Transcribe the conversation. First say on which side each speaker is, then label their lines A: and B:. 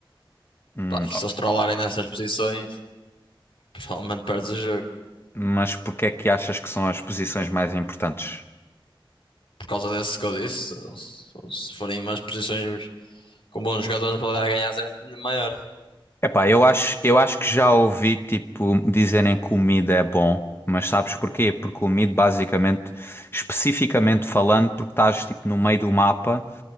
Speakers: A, on the left; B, on the left.
A: Hum,
B: Pá, e se
A: ó,
B: eles trollarem nessas posições, provavelmente perdes o jogo.
A: mas porquê é que achas que são as posições mais importantes?
B: Por causa desse que eu disse, se se forem umas posições com bons jogadores, a probabilidade de ganhar é muito maior.
A: Epá, eu acho, eu acho que já ouvi tipo dizerem que o mid é bom, mas sabes porquê? Porque o mid basicamente, especificamente falando, porque estás tipo no meio do mapa